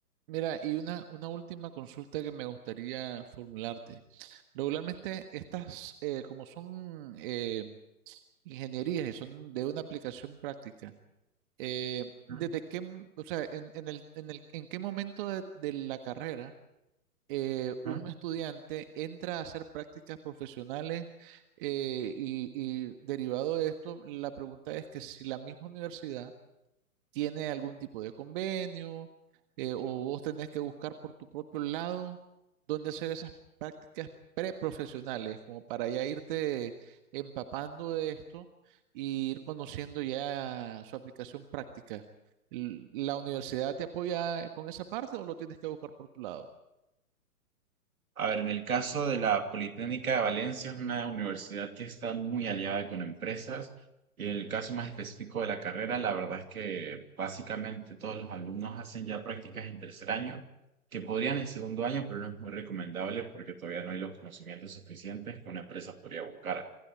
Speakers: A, on the right (about 35°); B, on the right (about 65°).
A: Mira, y una, una última consulta que me gustaría formularte. Regularmente estas, eh, como son eh, ingenierías y son de una aplicación práctica, eh, ¿desde
B: Ujú,
A: qué, m- o sea, en, en el, en el, en qué momento de de la carrera? eh, un
B: ujú.
A: estudiante entra a hacer prácticas profesionales eh, y, y derivado de esto, la pregunta es que si la misma universidad tiene algún tipo de convenio eh, o vos tenés que buscar por tu propio lado dónde hacer esas prácticas preprofesionales, como para ya irte empapando de esto y ir conociendo ya su aplicación práctica. L- ¿La universidad te apoya con esa parte o lo tienes que buscar por tu lado?
B: A ver, en el caso de la Politécnica de Valencia es una universidad que está muy aliada con empresas y en el caso más específico de la carrera, la verdad es que básicamente todos los alumnos hacen ya prácticas en tercer año, que podrían en segundo año, pero no es muy recomendable porque todavía no hay los conocimientos suficientes que una empresa podría buscar.